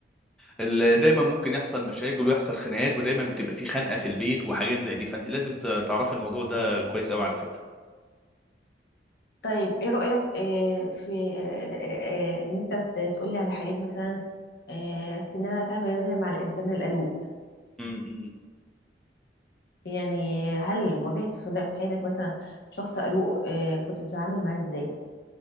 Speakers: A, in the centre; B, on the left (about 65°).
A: ال- دايما ممكن يحصل مشاكل ويحصل خناقات ودايما بتبقى في خنقه في البيت وحاجات زي دي فانت لازم ت- تعرفي الموضوع ده كويس قوي على فكره
B: طيب ايه رأيك آه، في آه، آه، ان انت ت- تقولي على حاجات مثلا آه، في ان انا اتعامل ازاي مع الانسان القلوق
A: امم
B: يعني هل واجهت في ده- في حياتك مثلا شخص قلوق آه، كنت بتتعامل معاه ازاي